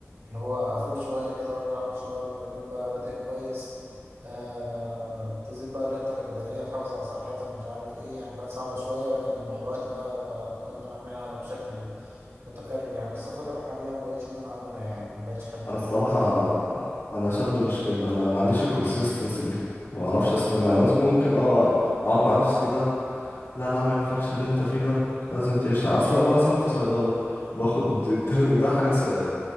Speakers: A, on the right; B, on the left.
A: اللي هو أفوق شوية كده وأرجع آخد شاور بيبقى اليوم بقى بادئ كويس آه تزيد بقى لياقتك البدنية تحافظ على صحتك مش عارف إيه يعني كانت صعبة شوية لكن مع الوقت بقى, بقى ممكن إن أنا أعملها بشكل متكرر يعني بس الفترة الحالية مبقتش إن أنا أعملها يعني مبقتش أحب
B: انا
A: إن
B: الصراحة
A: أنا أنزل كده
B: انا شاب مش كده انا ما عنديش الكونسيستنسي دي ما
A: مم.
B: اعرفش استمع انا ممكن ممكن اه اقعد مع نفسي كده لا لا ما ينفعش اللي انت فيه ده لازم تعيشها اصلا انا مثلا في صيدله وباخد
A: مم.
B: الترم ده حاجه س...